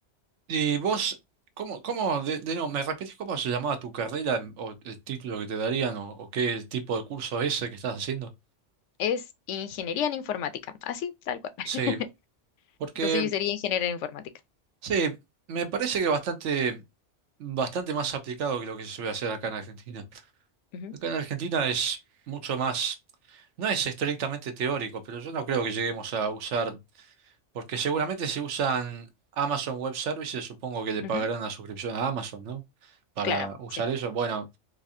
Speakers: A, on the right; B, on the left.
A: Y vos, ¿cómo, cómo, de, de nuevo, me repetís cómo se llamaba tu carrera o el título que te darían o, o qué tipo de curso es ese que estás haciendo?
B: es ingeniería en informática, así, tal cual. <laughs>
A: Sí, porque
B: Entonces yo sería ingeniera en informática.
A: sí, me parece que bastante, bastante más aplicado que lo que se suele hacer acá en Argentina.
B: Ujú,
A: Acá en Argentina es mucho más, no es estrictamente teórico, pero yo no creo que lleguemos a usar, porque seguramente si usan Amazon Web Services, supongo que le pagarán
B: ujú, ujú,
A: la suscripción a Amazon, ¿no? Para
B: Claro,
A: usar
B: sí.
A: eso, bueno.